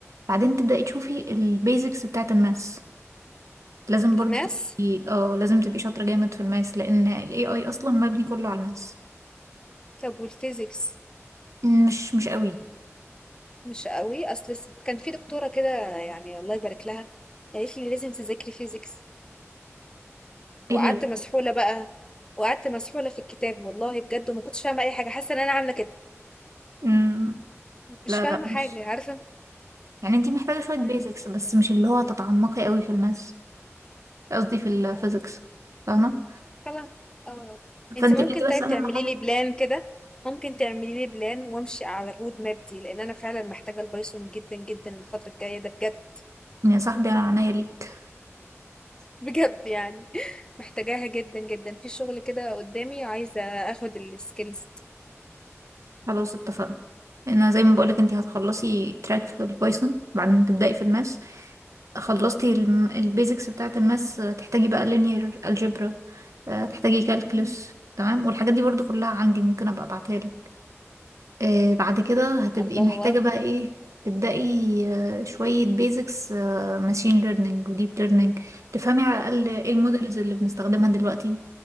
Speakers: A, on the right; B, on the left.
A: بعدين تبدأي تشوفي البيزكس بتاعة الماس لازم برضو
B: الماس
A: تبقي اه لازم تبقي شاطرة جامد في الماس لأن ال AI أصلا مبني كله على الماس
B: طب والفيزيكس
A: مش مش قوي
B: مش قوي اصل س- كان في دكتوره كده يعني الله يبارك لها قالت لي لازم تذاكري فيزيكس وقعدت
A: إلا لا
B: مسحوله بقى وقعدت مسحوله في الكتاب والله بجد وما كنتش فاهمه اي حاجه حاسه ان انا عامله كده
A: مم،
B: مش
A: لا
B: فاهمه
A: لا مش
B: حاجه عارفه
A: يعني انت محتاجة شوية
B: مم.
A: بيزكس بس مش اللي هو تتعمقي قوي في الماس قصدي في الفيزكس
B: آه،
A: فاهمة
B: خلاص اه انت
A: فانت
B: ممكن
A: انت بس
B: طيب
A: أهم
B: تعملي
A: حاجة
B: لي بلان كده ممكن تعملي لي بلان وامشي على الرود ماب دي لان انا فعلا محتاجه البايثون جدا جدا الفتره الجايه ده بجد
A: يا صاحبي أنا عناية ليك
B: بجد يعني <laughs> محتاجاها جدا جدا في شغل كده قدامي عايزه اخد السكيلز
A: خلاص اتفقنا انا زي ما بقولك انتي هتخلصي تراك في البايثون بعدين تبدأي في الماس خلصتي البيزكس بتاعة الماس آه، تحتاجي بقى linear algebra آه، تحتاجي calculus
B: دي.
A: تمام والحاجات دي برضو كلها عندي ممكن ابقى ابعتها لك آه، بعد كده هتبقي
B: الله
A: محتاجة
B: أكبر
A: بقى ايه تبدأي آه، شوية بيزكس ماشين ليرنينج وديب ليرنينج تفهمي على الأقل ايه المودلز اللي بنستخدمها دلوقتي